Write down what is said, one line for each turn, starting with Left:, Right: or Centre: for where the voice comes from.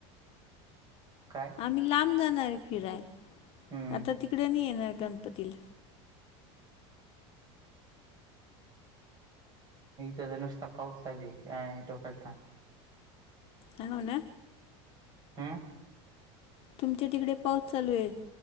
Right: काय
Left: आम्ही लांब जाणार आहे फिरायला
Right: हम्म
Left: आता तिकडें नाही येणार गणपतीला
Right: थ नुसता पाऊस झाली डोकल
Left: अ म्ह ना
Right: ह
Left: तुमच्या तिकडे पाऊस चालू आहे